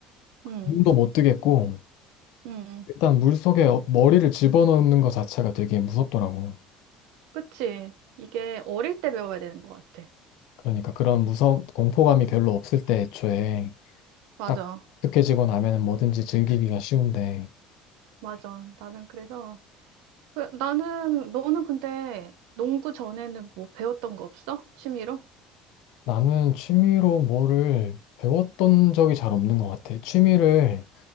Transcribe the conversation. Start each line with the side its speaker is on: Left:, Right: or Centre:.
Right: 음,
Left: 눈도 못 뜨겠고
Right: 음.
Left: 일단 물 속에 어- 머리를 집어넣는 것 자체가 되게 무섭더라고.
Right: 그치. 이게 어릴 때 배워야 되는 것 같아.
Left: 그러니까 그런 무서 공포감이 별로 없을 때 애초에
Right: 맞아.
Left: 딱 익숙해지고 나면은 뭐든지 즐기기가 쉬운데
Right: 맞아. 나는 그래서, 그- 나는, 너는 근데 농구 전에는 뭐 배웠던 거 없어? 취미로?
Left: 나는 취미로 뭐를 배웠던 적이 잘 없는 것 같아. 취미를